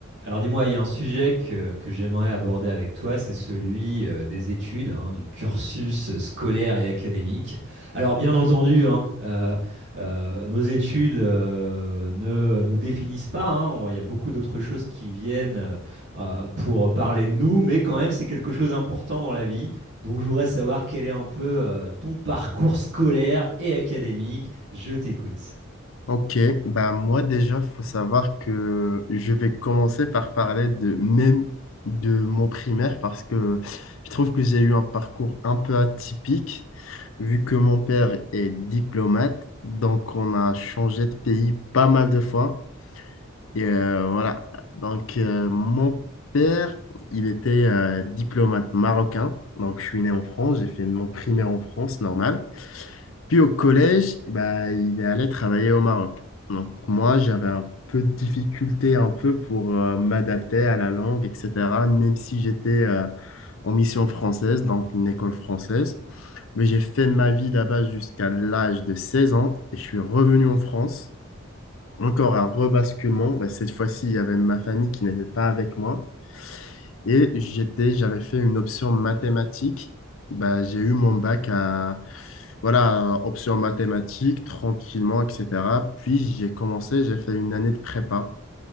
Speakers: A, on the right (about 60°); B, on the left (about 70°).
A: Alors dis-moi, il y a un sujet que, que j'aimerais aborder avec toi, c'est celui euh, des études, hein, du cursus scolaire et académique. Alors bien entendu, hein, euh, euh, nos études euh, ne nous définissent pas, hein, on- il y a beaucoup d'autres choses qui viennent euh, euh, pour parler de nous, mais quand même c'est quelque chose d'important dans la vie. Donc je voudrais savoir quel est un peu euh, ton parcours scolaire et académique. Je t'écoute.
B: Ok, bah moi déjà, faut savoir que je vais commencer par parler de même de mon primaire parce que je trouve que j'ai eu un parcours un peu atypique vu que mon père est diplomate, donc on a changé de pays pas mal de fois. Et euh, voilà. Donc, euh, mon père, il était euh, diplomate marocain. Donc, je suis né en France, j'ai fait mon primaire en France, normal. Puis au collège, bah, il est allé travailler au Maroc. Donc, moi, j'avais un peu de difficulté un peu pour euh, m'adapter à la langue, etc., même si j'étais euh, en mission française, donc une école française. Mais j'ai fait ma vie là-bas jusqu'à l'âge de 16 ans et je suis revenu en France encore un rebasculement. Bah, cette fois-ci, il y avait ma famille qui n'était pas avec moi. Et j'étais, j'avais fait une option mathématiques. Bah, j'ai eu mon bac à, voilà, option mathématiques, tranquillement, etc. Puis j'ai commencé, j'ai fait une année de prépa.